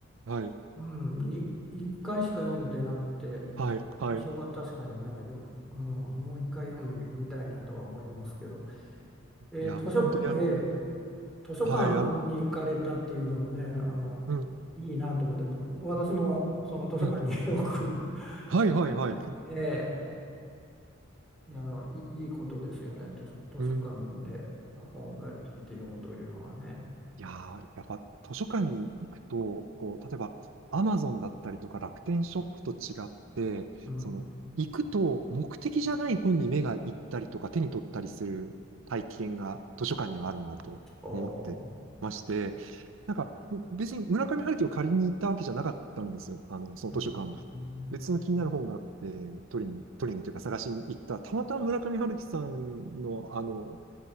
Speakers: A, on the right (about 80°); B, in the centre.
A: はい、
B: うん、に1回しか読んでなくて
A: はい、はい。
B: 印象が確かにない、うん、もう1回読んでみ、みたいなとは思いますけど、えー図書、
A: いや、もう本当にあの、
B: ええ図書館に行かれたっていうのもね、
A: はい、あの、
B: あの、
A: うん、
B: いいなと思って、僕私もその図書館に
A: うん。
B: <laughs> よく
A: はい、
B: 行くんで、
A: はい、はい。
B: ええ、いやあの、いいいことですよね、図図書館で本を借りてきて読むというのはね。
A: うん。いやー、やっぱ図書館に行くと、こう、例えば、アマゾンだったりとか楽天ショップと違って、
B: うん。
A: その、行くと目的じゃない本に目が行ったりとか手に取ったりする体験が図書館にはあるなと思ってまして、
B: おお。
A: なんか、別に村上春樹を借りに行ったわけじゃなかったんです。あの、その図書館も。
B: うん。うん。
A: 別の気になる本があって、取りに、取りにというか探しに行ったら、たまたま村上春樹さんの、あの、